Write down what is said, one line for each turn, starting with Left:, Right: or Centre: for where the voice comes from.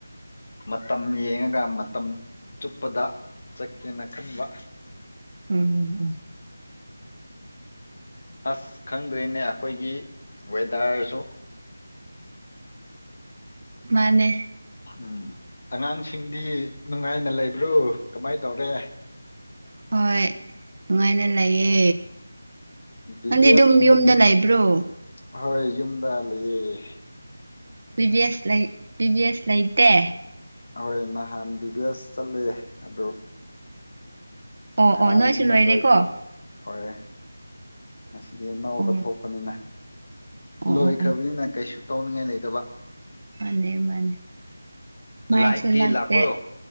Left: ꯃꯇꯝ ꯌꯦꯡꯉꯒ ꯃꯇꯝ ꯆꯨꯞꯄꯗ ꯆꯠꯀꯦꯅ ꯈꯟꯕ
Right: ꯎꯝ ꯎꯝ ꯎꯝ
Left: ꯑꯁ ꯈꯪꯗ꯭ꯔꯤꯅꯦ ꯑꯩꯈꯣꯏꯒꯤ ꯋꯦꯗꯔꯁꯨ
Right: ꯃꯥꯅꯦ
Left: ꯎꯝ ꯑꯉꯥꯡꯁꯤꯡꯗꯤ ꯅꯨꯡꯉꯥꯏꯅ ꯂꯩꯕ꯭ꯔꯣ ꯀꯃꯥꯏ ꯇꯧꯔꯦ
Right: ꯍꯣꯏ ꯅꯨꯡꯉꯥꯏꯅ ꯂꯩꯌꯦ
Left: ꯕꯤ
Right: ꯅꯪꯗꯤ
Left: ꯕꯤ
Right: ꯑꯗꯨꯝ
Left: ꯑꯦꯁ ꯀꯨꯝꯕꯗꯤ
Right: ꯌꯨꯝꯗ ꯂꯩꯕ꯭ꯔꯣ
Left: ꯍꯣꯏ ꯌꯨꯝꯗ ꯂꯩꯑ
Right: ꯂꯤꯚꯁ ꯂꯩ ꯕꯤ ꯕꯤ ꯑꯦꯁ ꯂꯩꯇꯦ
Left: ꯍꯣꯏ ꯅꯍꯥꯟ ꯕꯤ ꯕꯤ ꯑꯦꯁ ꯆꯠꯂꯦ ꯑꯗꯨ
Right: ꯑꯣ
Left: ꯉꯔꯥꯡꯗꯨꯅ
Right: ꯑꯣ ꯅꯣꯏꯁꯨ ꯂꯣꯏꯔꯦꯀꯣ
Left: ꯂꯣꯏꯈ꯭ꯔꯕ ꯍꯣꯏ ꯉꯁꯤꯗꯤꯅꯧꯕ
Right: ꯑꯣ
Left: ꯊꯣꯛꯄꯅꯤꯅ
Right: ꯑꯣ
Left: ꯂꯣꯏꯈ꯭ꯔꯕꯅꯤꯅ
Right: ꯑꯣ
Left: ꯀꯩꯁꯨ ꯇꯧꯅꯤꯡꯉꯥꯏ ꯂꯩꯇꯦ ꯇꯕ
Right: ꯃꯥꯅꯤ ꯃꯥꯅꯤ ꯃꯥꯏꯁꯨ
Left: ꯂꯥꯏꯠ ꯗꯦ
Right: ꯅꯠꯇ
Left: ꯂꯥꯛꯄ꯭ꯔꯣ